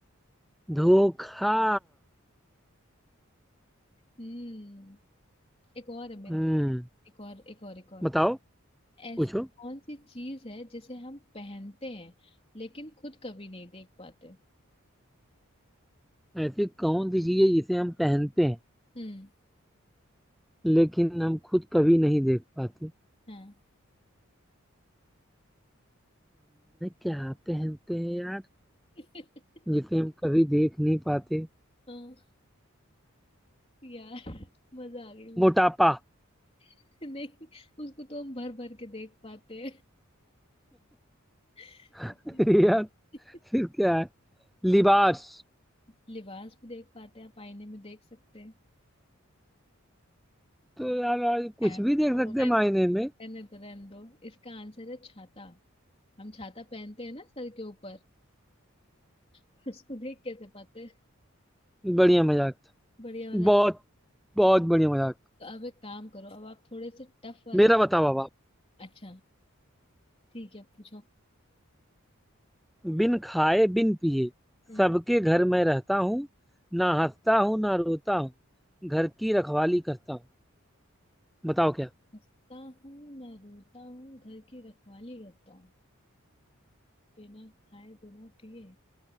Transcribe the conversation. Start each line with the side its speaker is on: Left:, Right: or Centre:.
Centre: धोखा
Left: हम्म एक और है मेरे
Centre: हम्म
Left: एक और एक और एक और
Centre: बताओ
Left: ऐसी
Centre: पूछो
Left: कौन सी चीज है जिसे हम पहनते हैं लेकिन खुद कभी नहीं देख पाते
Centre: ऐसी कौन सी चीज है जिसे हम पहनते हैं
Left: हम्म
Centre: लेकिन हम खुद कभी नहीं देख पाते अ,
Left: हाँ
Centre: क्या पहनते हैं यार
Left: <laughs>
Centre: जिसे हम कभी देख नहीं पाते
Left: हाँ यार मजा आ गई मुझे
Centre: मोटापा
Left: <laughs> नहीं उसको तो हम भर भर के देख पाते हैं
Centre: <laughs> यार
Left: <laughs>
Centre: फिर क्या है लिबास
Left: लिबास भी देख पाते हैं आप आईने में देख सकते हैं
Centre: तो यार आज कुछ
Left: क्या है
Centre: भी देख
Left: और
Centre: सकते
Left: रहने
Centre: हैं मायने
Left: रहने
Centre: में
Left: तो रहने दो इसका आंसर है छाता हम छाता पहनते हैं ना सर के ऊपर <laughs> पर उसको देख कैसे पाते हैं?
Centre: बढ़िया मजाक था
Left: बढ़िया मजा
Centre: बहुत बहुत बढ़िया मजाक
Left: तो अब एक काम करो अब आप थोड़े से टफ वाले
Centre: मेरा बताओ अब आप
Left: अच्छा ठीक है पूछो
Centre: बिन खाए बिन पिए
Left: हम्म
Centre: सबके घर में रहता हूँ ना हंसता हूँ ना रोता हूँ घर की रखवाली करता हूँ बताओ क्या
Left: हंसता हूँ ना रोता हूँ घर की रखवाली करता हूँ बिना खाए बिना पिए